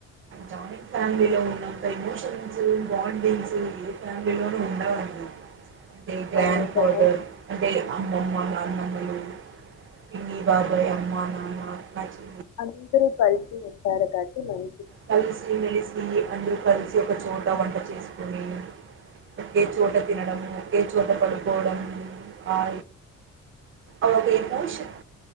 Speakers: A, on the right; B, on the left.
A: జాయింట్ ఫ్యామిలీలో ఉన్నంత ఎమోషన్స్ బాండింగ్స్ ఫ్యామిలీ లోను ఉండవండి అంటే గ్రాడ్
B: అవును బాగుంది
A: ఫాదర్ అంటే అం అమ్మమ్మ నానమ్మలు పిన్ని బాబాయ్ అమ్మా నాన్న మంచి
B: అందరు కలిసి ఉంటారు కట్టి మం
A: కలిసి మెలిసి అందరూ కలిసి ఒక చోట వంట చేసుకొని ఒకే చోట తినడము ఒకే చోట పడుకోవడం ఆ అవొక ఎమొషన్